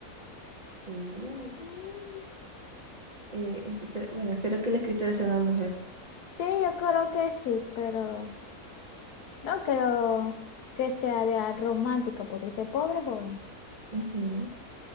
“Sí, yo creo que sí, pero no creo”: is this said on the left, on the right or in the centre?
Left